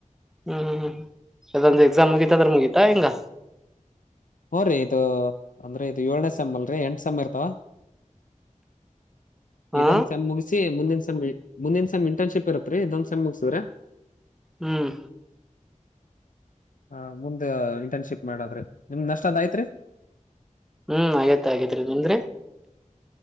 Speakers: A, in the centre; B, on the left.
A: ಹ್ಮ್ ಹ್ಮ್ ಅದೊಂದು ಎಕ್ಸಾಮ್ ಮುಗಿತ ಅದ್ರೆ ಮುಗಿತಾ ಎಂಗ್.
B: ಹ್ಮ್ರಿಇದು ಅಂದ್ರೆ ಇದು ಏಳ್ನೇ ಸೇಮ್ ಅಲ್ರರಿ ಎಂಟ ಸೇಮ್ ಇರ್ತಾವ.
A: ಹಾ
B: ಇದೊಂದ್ ಸೇಮ್ ಮುಗಿಸಿ ಮುಂದಿನ ಸೇಮ್ ಮುಂದಿನ ಸ್ ಇಂಟರ್ನ್ಶಿಪ್ ಇರತ್ರಿ ಇದೊಂದ್ ಸೇಮ್ ಮುಗಸಿದ್ರೆ.
A: ಹ್ಮ್
B: ಹಾ ಮುಂದ ಇಂಟರ್ನ್ಶಿಪ್ ಮಾಡದ್ರಿ ನಿಮ್ದ್ ನಷ್ಟ ಅದಯ್ತ್ರಿ.
A: ಹ್ಮ್ ಆಗ್ಯಾತ್ ಆಗ್ಯಾತ್ರಿ ನಿಮ್ಡ್ರಿ.